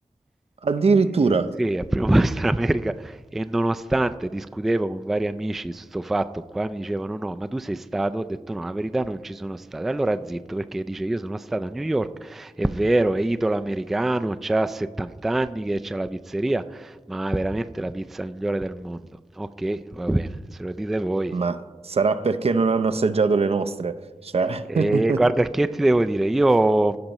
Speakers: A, on the right; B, in the centre.
A: Addirittura.
B: Eh, Sì, al primo <laughs> posto l'America e nonostante discutevo con vari amici su sto fatto qua, mi dicevano no, ma tu sei stato? Ho detto no, la verità non ci sono stato. Allora zitto, perché dice io sono stato a New York, è vero, è italo-americano, c'ha 70 anni che c'ha la pizzeria, ma veramente la pizza migliore del mondo. Ok, va bene, se lo dite voi.
A: Ma sarà perché non hanno assaggiato le nostre. Cioè...
B: E
A: <laughs>
B: guarda, che ti devo dire? Io